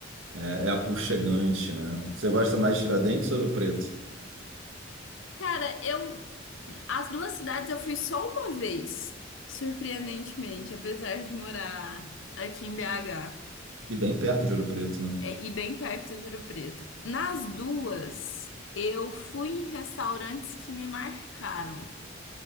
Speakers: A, on the right; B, on the left.
A: É, é aconchegante, né? Você gosta mais de Tiradentes ou Ouro Preto?
B: Cara, eu. As duas cidades eu fui só uma vez, surpreendentemente, apesar de morar aqui em BH
A: E bem perto de Ouro Preto, né?
B: é, e bem perto de Ouro Preto. Nas duas, eu fui em restaurantes que me marcaram.